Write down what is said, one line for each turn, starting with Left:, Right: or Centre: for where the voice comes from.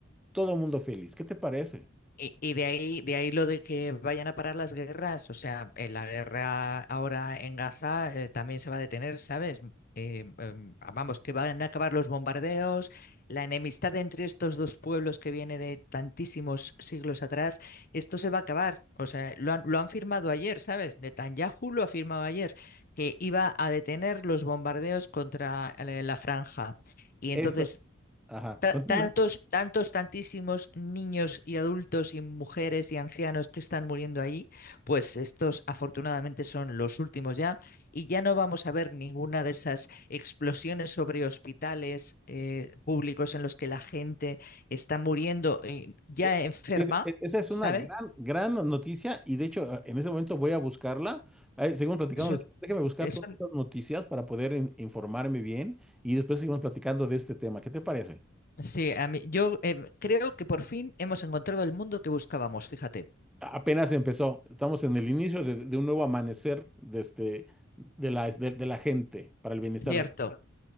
Centre: todo mundo feliz. ¿Qué te parece?
Left: Y, y de ahí, de ahí lo de que vayan a parar las guerras, o sea, eh, la guerra ahora en Gaza eh, también se va a detener, ¿sabes? Eh, em, ah, vamos, que van a acabar los bombardeos, la enemistad entre estos dos pueblos que viene de tantísimos siglos atrás, esto se va a acabar. O sea, lo han, lo han firmado ayer, ¿sabes? Netanyahu lo ha firmado ayer, que iba a detener los bombardeos contra eh, la franja. Y entonces
Centre: Eso, ajá,
Left: ta-
Centre: continúa.
Left: tantos, tantos, tantísimos niños y adultos y mujeres y ancianos que están muriendo allí, pues estos afortunadamente son los últimos ya y ya no vamos a ver ninguna de esas explosiones sobre hospitales eh, públicos en los que la gente está muriendo eh, ya
Centre: Eh,
Left: enferma,
Centre: fíjate, e- Esa es
Left: ¿sabes?
Centre: una gran, gran noticia y de hecho eh, en ese momento voy a buscarla. Eh, seguimos platicando
Left: Es un-
Centre: después. Déjame buscar
Left: es
Centre: todas
Left: un-
Centre: estas noticias para poder in- informarme bien y después seguimos platicando de este tema. ¿Qué te parece?
Left: sí, a mí, yo eh, creo que por fin hemos encontrado el mundo que buscábamos, fíjate.
Centre: A- Apenas empezó. Estamos en el inicio de, de un nuevo amanecer de, este, de la, de de la gente para el bienestar
Left: Cierto.
Centre: de...